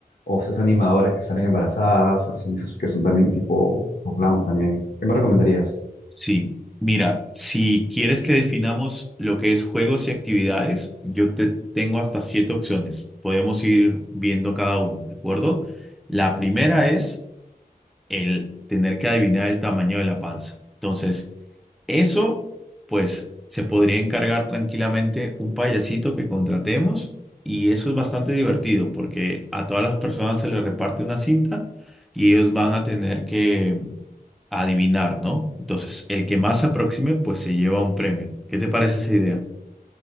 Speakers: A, on the left; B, in the centre.
A: O esas animadoras que salen embarazadas, así, esas que son también tipo, tipo clown también. ¿Qué me recomendarías?
B: Sí, mira, si quieres que definamos lo que es juegos y actividades, yo te tengo hasta siete opciones. Podemos ir viendo cada una, ¿de acuerdo? La primera es el tener que adivinar el tamaño de la panza. Entonces, Eso, pues, se podría encargar tranquilamente un payasito que contratemos y eso es bastante divertido porque a todas las personas se les reparte una cinta y ellos van a tener que adivinar, ¿no? Entonces, el que más se aproxime, pues se lleva un premio. ¿Qué te parece esa idea?